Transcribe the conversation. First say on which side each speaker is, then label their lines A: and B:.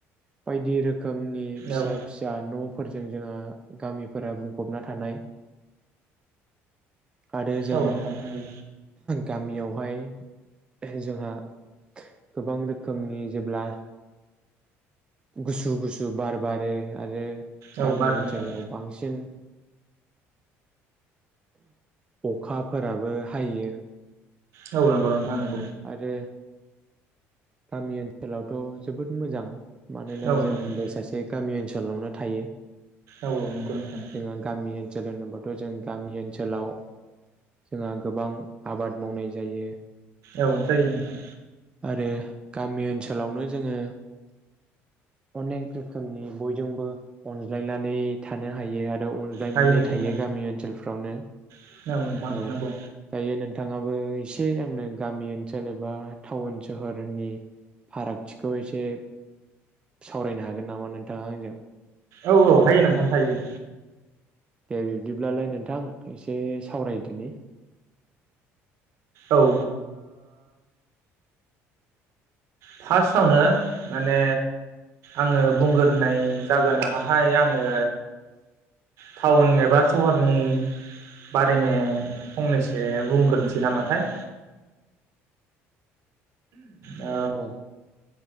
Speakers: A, on the right; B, on the right.
A: बायदि रो खोमनि फिसा
B: औ
A: फिसा न'फोर जों जोंहा गामिफोरा बुंफबना थानाय आरो जों
B: औ नोंथां नंगौ
A: गामियाव फाय जोंहा गोबां रोखोमनि जेब्ला गुसु गुसु बार बारो आरो
B: औ
A: गामि
B: बादो
A: ओनसोलाव
B: नोंथां
A: बांसिन अखाफोराबो हायो।
B: औ नंगौ नों थां ।
A: आरो गामि ओनसोलावथ' जोबोद मोजां। मानोना
B: औ नोंथां
A: जोंबो सासे गामि ओनसोल। ओनसोलावनो थायो।
B: औ औ नंगौ नोंथां।
A: जोंहा गामि ओनसोल होनोब्लााथ' जों गामि ओनसोलाव जोंहा गोबां आबाद मावनाय जायो।
B: औ जायो नाथाय
A: आरो गामि ओनसोलावनो जोङो अनेक रोखोमनि बयजोंबो अनज्लायनानै थानो हायो आरो । बेयाव अनलायनानै
B: हायो नोंथां
A: थायो गामि ओनसोलफ्रावनो
B: औ नोंथां
A: औ
B: नंगौ
A: दायो नोंथाङाबो एसे आंनो गामि ओनसोल एबा टाउन सोहोरनि फारागथिखौ एसे सावरायनो हागोन नामा नोंथाङा आंजों?
B: औ औ हायो नोंथां हायो।
A: दे बिब्दिब्लालाय नोंथां एसे एसे सावरायदिनि।
B: औ ओ। फार्स्टआवनो माने आङो
A: औ
B: बुंगोरनाय जागोन नामाहाय आङो टाउन एबा सहरनि बारैनो फंनैसो बुंग्रोनसै नामाथाय? अ।
A: औ औ